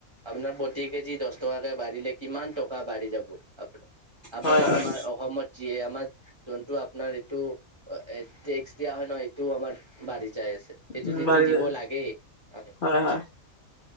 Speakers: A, on the right (about 20°); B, on the left (about 45°).
A: আপোনাৰ প্ৰতি কেজি দচ টকাকে বাঢ়িলে কিমান টকা বাঢ়ি যাব। আ আপোনাৰ
B: হয় হয়
A: আমাৰ অসমত যিয়ে আমাৰ যোনটো আপোনাৰ এইটো টেক্স দিয়া হয় ন, এইটো আমাৰ বাঢ়ি যাই আছে। সেইটো
B: উম
A: যিটো
B: বাঢ়ি
A: দিব
B: যায়
A: লাগেই আমি।
B: হয় হয়